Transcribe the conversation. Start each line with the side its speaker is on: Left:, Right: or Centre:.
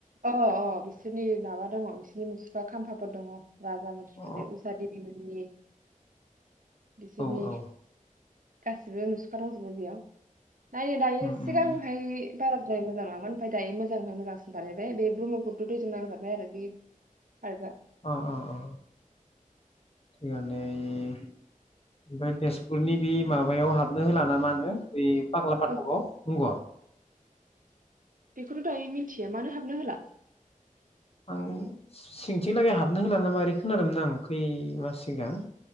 Right: अ अ बिसोरनि माबा दङ' बिसोरनि मुसुखा खाम्फाफोर दङ'। राजा मानसिफोरनि
Left: अ
Right: उषा देबि मोननि बिसोरनि।
Left: औ औ
Right: गासिबो मुसुखा दंजोबोमोन बेयाव। नायनो दायो
Left: उम
Right: सिगांहाय
Left: उम
Right: बारा द्राय मोजां नङामोन ओमफाय दायो मोजांनिफ्राय मोजांसिन बानायबाय बेे ब्रम्हपुथ्र दैजों नांजाबनाय आरो पार्कआ
Left: अ अ अ थिगानो दे ओइ ओमफ्राय तेजपुरनि बे माबायाव हाबनो होला ना मा नो ओइ फाग्ला फाथ'गाव
Right: औ
Left: नंग'?
Right: बेखौथ' दायो मिथिया मानो हाबनो होला?
Left: आं सिंथिंलागै हाबनो होला नामा ओरै खोनादोंमोन आं खै मास सिगां